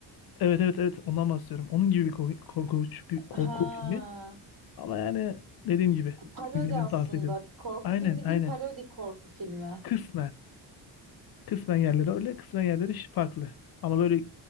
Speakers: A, on the left (about 55°); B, on the right (about 45°).
A: Evet evet evet ondan bahsediyorum. Onun gibi bir ko- korkunç bir korku
B: Ha.
A: filmi. Ama yani dediğim gibi
B: Parodi
A: izlemeni
B: aslında.
A: tavsiye ederim.
B: Korku
A: Aynen
B: filmi
A: aynen.
B: değil, parodi korku filmi.
A: Kısmen. Kısmen yerleri öyle, kısmen yerleri ş- farklı. Ama böyle